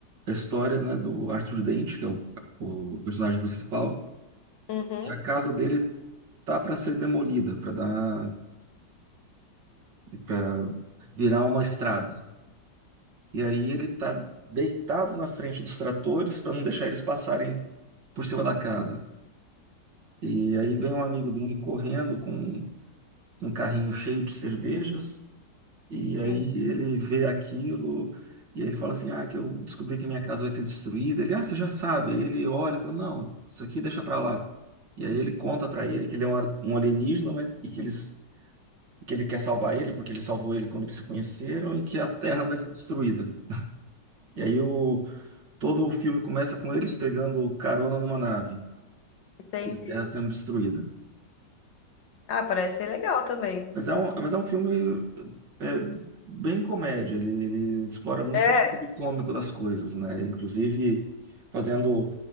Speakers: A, on the right; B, on the left.
A: a história, né, do Arthur Dente, que é o, o personagem principal.
B: Uhum,
A: que A casa dele tá para ser demolida, para dar, para virar uma estrada. E aí ele tá deitado na frente dos tratores para não deixar eles passarem por cima da casa. E aí vem um amigo dele correndo com um carrinho cheio de cervejas. E aí
B: sim,
A: ele vê aquilo e aí ele fala assim: Ah, que eu descobri que minha casa vai ser destruída. Ele, ah, você já sabe. Aí ele olha e fala: Não, isso aqui deixa para lá. E aí ele conta para ele que ele é um, a- um alienígena mas- e que eles e que ele quer salvar ele, porque ele salvou ele quando eles se conheceram, e que a Terra vai ser destruída. E aí o, todo o filme começa com eles pegando carona numa nave
B: entendi.
A: e a Terra sendo destruída.
B: Ah, parece ser legal também.
A: Mas é um, mas é um filme é, bem comédia, ele, ele explora muito
B: É.
A: o lado cômico das coisas, né? Inclusive fazendo